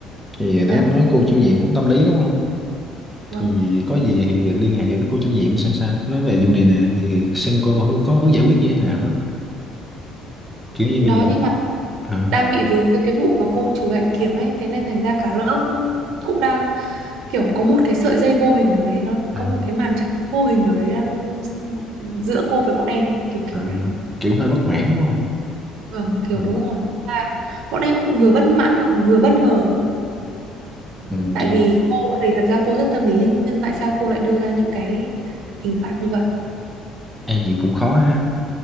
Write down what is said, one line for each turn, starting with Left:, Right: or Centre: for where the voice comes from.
Centre: thì nãy
Right: Dạ.
Centre: em nói cô chủ nhiệm cũng tâm lý đúng không
Right: Vâng.
Centre: thì có gì thì liên hệ với cô chủ nhiệm xem sao nói về vụ này nè thì xem cô hư- có hướng giải quyết như thế nào á kiểu như
Right: Đó
Centre: bây giờ
Right: nhưng mà
Centre: à,
Right: đang bị vướng cái cái vụ mà cô trừ hạnh kiểm ấy, thế nên thành ra cả lớp cũng đang kiểu có một cái sợi dây vô hình nào đấy nó
Centre: à,
Right: có một cái màn trắng vô hình nào đấy đang giữa cô với bọn em ấy, kiểu kiểu
Centre: à,
Right: đấy.
Centre: kiểu hơi bất mãn đúng không
Right: Vâng, kiểu
Centre: ừ,
Right: đúng rồi. Mà bọn em vừa bất mãn mà còn vừa bất ngờ cơ.
Centre: ừ,
Right: Tại
Centre: gì
Right: vì cô thì thật ra cô rất tâm lý nhưng, nhưng tại sao cô lại đưa ra những cái hình phạt như vậy?
Centre: ai gì cũng khó ha